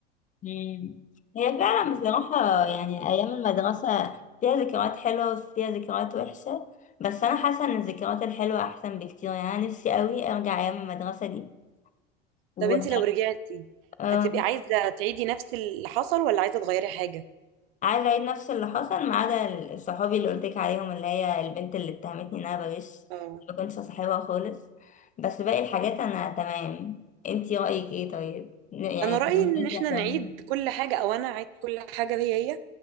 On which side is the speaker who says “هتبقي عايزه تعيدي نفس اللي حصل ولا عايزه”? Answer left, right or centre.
Right